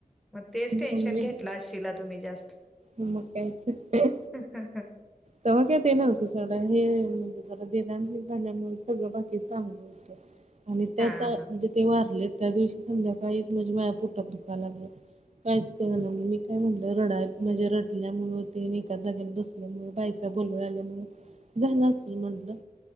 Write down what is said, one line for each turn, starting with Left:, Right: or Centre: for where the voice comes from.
Centre: मग तेच
Right: मम्मी
Centre: टेन्शन घेतलं असशला तुम्ही जास्त
Right: मग काय तर
Centre: ह ह हं
Right: तेव्हा काय ते नव्हतं सगळं हे म्हणजे जरा देरांशी झाल्यामुळे सगळं बाकी चांगलं होतं. आणि त्याच
Centre: हां,
Right: म्हणजे
Centre: हां,
Right: ते वारले त्या दिवशी संध्याकाळीच म्हणजे माया पोटात दुकाला लागलं. कायच कर ना म्ह मी काय म्हटलं रडा म्हणजे रडल्यामुते आणि एकाच जाग्या बसल्यामु बायका बोल आल्या असल म्हटलं